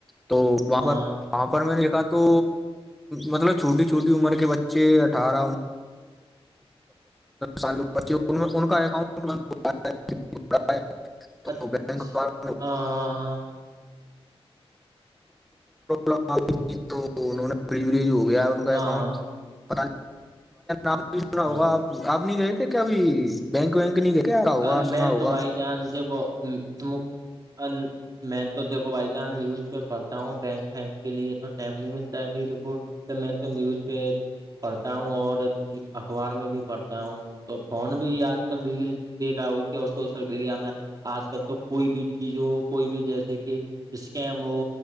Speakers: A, in the centre; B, on the right (about 35°).
A: تو بابر
B: ہاں
A: <inaudible> وہاں پر میں نے دیکھا تو مطلب چھوٹی چھوٹی عمر کے بچے اٹھارہ سال ان کا اکاؤنٹ <inaudible>
B: اچھا
A: تو بینک
B: ہ
A: والوں
B: ہ ہاں <inaudible>
A: لم آ گئی تھی تو انہوں نے ڈلیوری جو ہو گیا ان کا
B: ہاں
A: اکاؤنٹ <inaudible> پ آپ سنا ہوگا
B: ہاں
A: آپ آپ نہیں گئے کہ کیا بینک وینک نہیں گئے <inaudible>
B: اب
A: سنا
B: میں
A: ہوگا
B: تو بھائی جان دیکھو ت میں تو دیکھو بائی چانس نیوز پہ پڑھتا ہوں بینک فینک کے لیے تو ٹائم نہیں ملتا ہے میرے کو میں تو نیوز پہ پڑھتا ہوں اور اخبار میں بھی پڑھتا ہوں تو فون بھی آج کل ڈل دیکھا ہو کہ اور سوشل میڈیا میں آج کل تو کوئی بھی چیز ہو کوئی بھی جیسے کہ اس کے ہم وہ